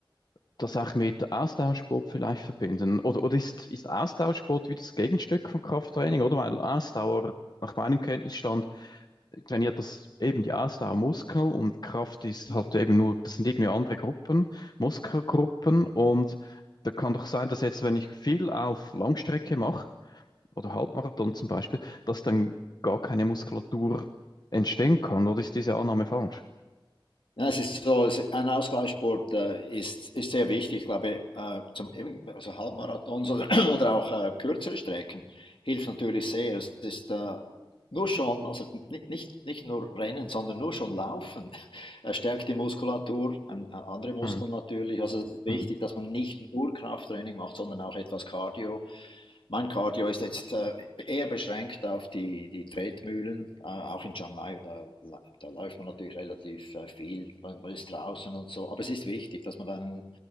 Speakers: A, on the left (about 50°); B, on the left (about 75°).
A: das auch mit Ausdauersport vielleicht verbinden? Oder, oder ist, ist Ausdauersport wieder das Gegenstück von Krafttraining? Oder weil Ausdauer nach meinem Kenntnisstand trainiert das eben die Ausdauermuskeln und Kraft ist
B: mhm.
A: halt eben nur, das sind irgendwie andere Gruppen, Muskelgruppen und da kann doch sein, dass jetzt, wenn ich viel auf Langstrecke mache oder Halbmarathon zum Beispiel, dass dann gar keine Muskulatur entstehen kann oder ist diese Annahme falsch?
B: Ja, es ist so, es ein Ausgleichssport, äh, ist ist sehr wichtig. Ich glaube, äh, zum eben also Halbmarathons oder <clears throat> oder auch, äh, kürzere Strecken hilft natürlich sehr. Es ist, äh, nur schon also nicht nicht nicht nur Rennen, sondern nur schon Laufen, <laughs> äh, stärkt die Muskulatur, an a andere Muskeln
A: Hm,
B: natürlich. Also, es ist wichtig,
A: hm,
B: dass man nicht nur Krafttraining macht, sondern auch etwas Cardio. mein Cardio ist jetzt äh, eher beschränkt auf die, die Tretmühlen, äh, auch in Chiang Mai, da, da läuft man natürlich relativ äh, viel, man, ist draußen und so, aber es ist wichtig, dass man dann